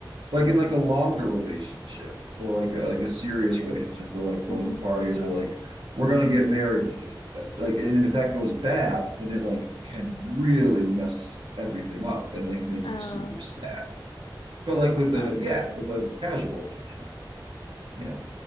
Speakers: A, on the right; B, on the left.
A: like in like a longer relationship or like a, like a serious relationship where like both
B: Mm-hmm.
A: parties are like we're gonna get married da, da, da, da, da. like and if that goes bad then it like can really mess everything up and like make
B: Oh,
A: you super sad but like with the
B: okay.
A: yeah with a casual thing you know yeah